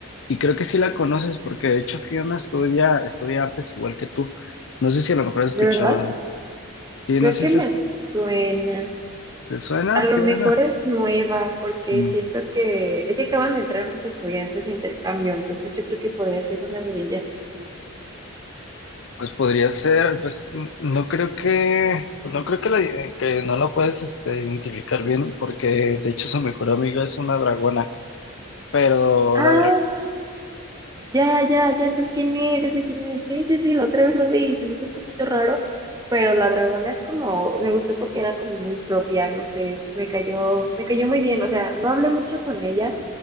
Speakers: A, on the left; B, on the right.
A: Y creo que sí la conoces porque de hecho Fiona estudia, estudia artes igual que tú. No sé si a lo mejor has escuchado.
B: ¿De verdad?
A: Sí,
B: Creo
A: no sé
B: que
A: si
B: me
A: es-
B: suena.
A: te suena,
B: A lo
A: Fiona.
B: mejor es nueva, porque
A: Mm.
B: siento que es que acaban de entrar unos estudiantes de intercambio, entonces yo creo que podría ser una de ellas.
A: Pues podría ser, pues n- no creo que, pues, no creo que, la, eh, que no la puedes este, identificar bien, porque de hecho su mejor amiga es una dragona, pero
B: Ah,
A: la dragona
B: ya, ya, ya sé quién es, ya sé quién es. Sí, sí, sí, la otra vez lo vi y se me hizo un poquito raro, pero la dragona es como, me gustó porque era como muy propia, no sé, me cayó, me cayó muy bien, o sea, no hablé mucho con ella,